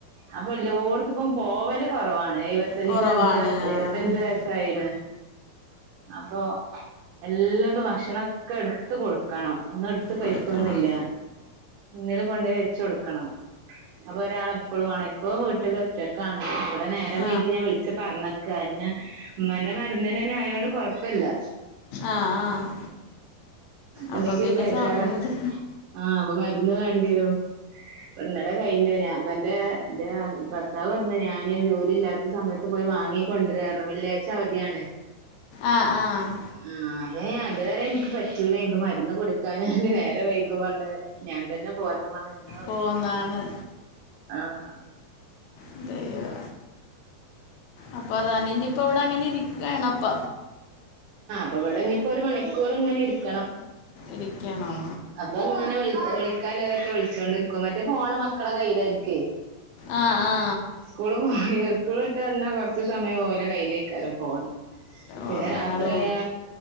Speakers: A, on the right; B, on the left.
A: അപ്പ എല്ല ഓടത്തക്കും പോവല് കൊറവാണ് എഴുവത്തഞ്ച്
B: പോവാനല്ലേ പറ്റൂ അത്
A: എമ്പത്
B: കാരണം എങ്ങും എല്ലോട്ത്ത്ക്കും പോവല് കൊറവാണ് കൊറവാണ് ഇരുപത്
A: എഴുവത്തഞ്ച് വയസ്സായിന്. അപ്പോ എല്ലാതും ഭക്ഷണൊക്കെ എടുത്ത് കൊടുക്കണം. ഒന്ന അടുത്ത് കഴിക്കൊന്ന്വല്ല.
B: കൊടുക്കണം
A: മുന്നിൽ കൊണ്ട്പോയി വെച്ച് കൊടുക്കണം അപ്പൊ ഒരാള് എപ്പോഴും ആണ് ഇപ്പവും വീട്ടിൽ ഒറ്റക്കാണ് ഇവിടെ നേരം
B: സമ്മയ്ക്കൊന്നുല്ല
A: വൈകി ഞാൻ വിളിച്ച് പറഞ്ഞേക്കാ പിന്നെ ഉമ്മാന്റെ മരുന്ന് തന്നെ ആയതോണ്ട് കൊഴപ്പില്ല
B: ആഹ് ആഹ്
A: അല്ലെങ്കി
B: അപ്പൊ പിന്നെ
A: ഒരു ആ അ <unintelligible>
B: സമയെടുത്ത്
A: കണ്ടേര അന്നേരം കഴിഞ്ഞു അപ്പ എന്റെ എന്റെ ഭർത്താവ് പറഞ്ഞു ഞാന് ജോലി ഇല്ലാത്ത സമയത്ത് പോയി വാങ്ങി കൊണ്ടരാര്ന്ന് വെള്ളിയാഴ്ച അവധിയാണ്
B: ആഹ് ആഹ്
A: ആ അതെ ഞാൻ ഇതുവരെ എനിക്ക് പറ്റൂല എനിക്ക് മരുന്ന് കൊടുക്കാൻ നേരം വൈകും പറഞ്ഞ് ഞാൻ തന്നെ പോരണം പറഞ്ഞ്
B: പോന്നാണ്
A: ആഹ് <unintelligible>
B: എന്ത്ചെയ്യാ അപ്പൊ അതനങ്ങിപ്പ അവിടെ അങ്ങനെ ഇരിക്കാണ് പ
A: അപ്പ ഇവിടെ ഇനി ഇപ്പോ ഒരു മണിക്കൂർ ഇങ്ങനെ ഇരിക്കണം
B: ഇരിക്കണം
A: അപ്പൊ ഇങ്ങനെ <inaudible> വിളിക്കാലുള്ളവരെ ഒക്കേ വിളി വച്ചോണ്ടിരിക്കും എന്റെ ഫോണ് മക്കളുടെ കയ്യിലായിരിക്കുവേ
B: ആ ആ
A: സ്കൂള് പോയി സ്കൂൾ വിട്ടുവന്നാ കൊറച്ചു സമയം ഓര കയ്യിലായിരിക്കും ഫോണ് പിന്നെ
B: ഓണങ്ങടോ
A: രാത്രി ആയാ